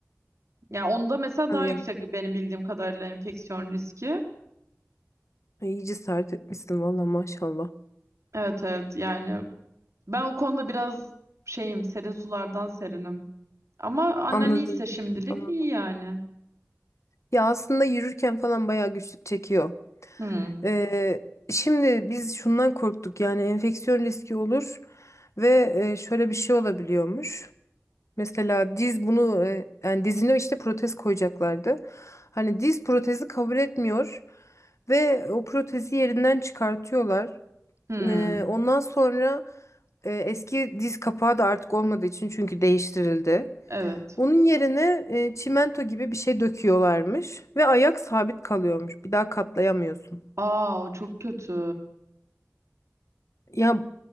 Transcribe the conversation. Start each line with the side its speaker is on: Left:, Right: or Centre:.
Right: Ya onda mesela
Left: hadi
Right: daha yüksek
Left: ya.
Right: benim bildiğim kadarıyla enfeksiyon riski.
Left: Ay, İyi cesaret etmişsin valla maşallah.
Right: Evet evet yani ben o konuda biraz şeyim serin sulardan serinim. Ama annen
Left: Anladım.
Right: iyiyse şimdilik
Left: Anladım.
Right: iyi yani.
Left: Ya aslında yürürken falan bayağı güçlük çekiyor.
Right: Hmm,
Left: Ee, şimdi biz şundan korktuk yani enfeksiyon riski olur ve e, şöyle bir şey olabiliyormuş. Mesela diz bunu e, yani dizine işte protez koyacaklardı. Hani diz protezi kabul etmiyor ve o protezi yerinden çıkartıyorlar.
Right: hmm,
Left: E, ondan sonra e, eski diz kapağı da artık olmadığı için çünkü değiştirildi.
Right: evet.
Left: Onun yerine e, çimento gibi bir şey döküyorlarmış ve ayak sabit kalıyormuş. Bir daha katlayamıyorsun.
Right: Aa o çok kötü.
Left: Ya